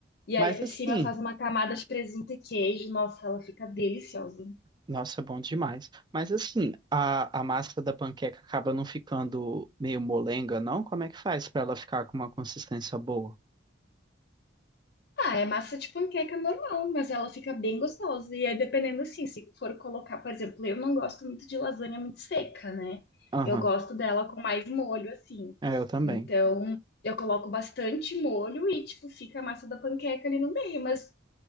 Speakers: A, on the left; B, on the right.
A: E
B: Mas
A: aí por
B: assim,
A: cima faz uma camada de presunto e queijo. Nossa, ela fica deliciosa.
B: nossa, bom demais. Mas assim, a, a massa da panqueca acaba não ficando meio molenga, não? Como é que faz pra ela ficar com uma consistência boa?
A: Ah, é massa de panqueca normal, mas ela fica bem gostosa. E aí, dependendo assim, se for colocar, por exemplo, eu não gosto muito de lasanha muito seca, né?
B: Aham.
A: Eu gosto dela com mais molho, assim.
B: É, eu também.
A: Então, eu coloco bastante molho e, tipo, fica a massa da panqueca ali no meio, mas